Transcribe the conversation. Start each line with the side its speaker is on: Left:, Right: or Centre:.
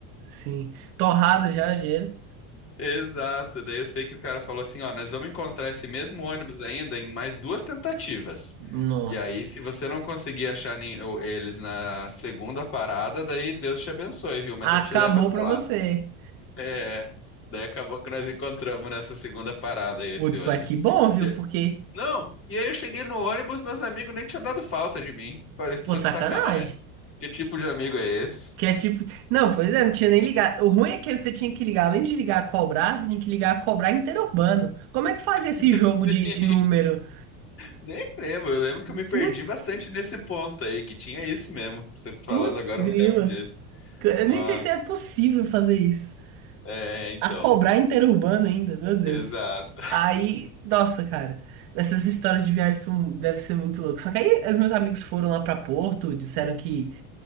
Right: sim. Torrado já, gelo.
Left: <laughs> Exato. Daí eu sei que o cara falou assim, ó, nós vamos encontrar esse mesmo ônibus ainda em mais duas tentativas.
Right: Nó.
Left: E aí, se você não conseguir achar nem- o- eles na segunda parada, daí Deus te abençoe, viu? Mas
Right: Acabou
Left: eu te levo até
Right: pra
Left: lá.
Right: você.
Left: É, daí acabou que nós encontramos nessa segunda parada aí, esse
Right: Putz,
Left: ônibus.
Right: mas que bom, viu?
Left: E eu-
Right: Porque,
Left: Não, e aí eu cheguei no ônibus, meus amigos nem tinham dado falta de mim. Parece
Right: pô,
Left: tanto
Right: sacanagem.
Left: sacanagem. Que tipo de amigo é esse?
Right: Que é tipo. Não, pois é, não tinha nem ligado. O ruim é que você tinha que ligar, além de ligar a cobrar, você tinha que ligar a cobrar interurbano. Como é que fazia esse
Left: <laughs>
Right: jogo
Left: Sim,
Right: de, de número?
Left: Nem lembro, eu lembro que eu me perdi
Right: Pu-
Left: bastante nesse ponto aí, que tinha isso mesmo. Você falando
Right: Putz,
Left: agora,
Right: grila.
Left: eu me lembro disso.
Right: Eu
Left: Nossa,
Right: nem sei se é possível fazer isso.
Left: é, então,
Right: A cobrar interurbano ainda, meu Deus.
Left: exato.
Right: Aí, nossa, cara. Essas histórias de viagem são, deve ser muito louco. Só que aí os meus amigos foram lá pra Porto, disseram que